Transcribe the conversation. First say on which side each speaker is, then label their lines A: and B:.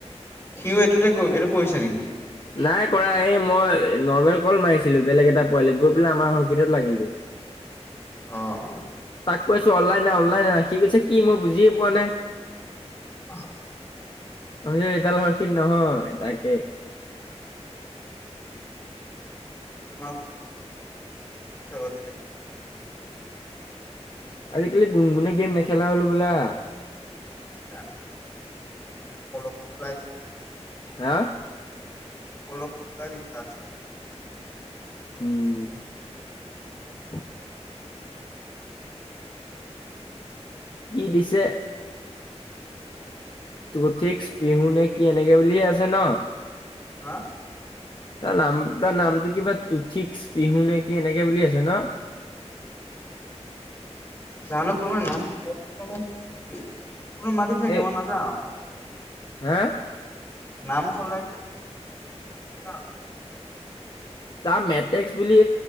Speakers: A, on the left; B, on the left.
A: সিও এইটোতে এইটো কৰিছে নেকি?
B: নাই কৰা। এই, মই নৰ্মেল কল মাৰিছিলো, বেলেগ এটা পোৱালিক। গৈ পেলাই আমাৰ হৰ্কিটত লাগিল গৈ। <inaudible>
A: অ। <inaudible>
B: কৈছো অনলাইন নাই, অনলাইন নাই। সি কৈছে কি? মই বুজিয়ে পোৱা নাই?
A: আঃ।
B: এইডাল ৰছী নহয়, তাকে।
A: মা <unintelligible> তে
B: আজিকালি গুণগুণে গেম নেখেলা হ'ল হব'লা!
A: সেয়া, অলপ প্ৰায়
B: হা?
A: বল'ক, <unintelligible>
B: উম, <inaudible> কি দিছে তো ইঠিক্স পিহু, নে কি এনেকে বুলিয়ে আছে ন।
A: হা?
B: তাৰ নাম, তাৰ নামটো কিবা টুথিক্স পিহু নে কি, এনেকে বুলি আছে ন?
A: জানো কোনোবাৰ নাম <unintelligible> মাতি থাকে
B: এই
A: মই নাযাওঁ।
B: হা?
A: নাম সলাই <inaudible>
B: তাৰ মেটিক্স বুলি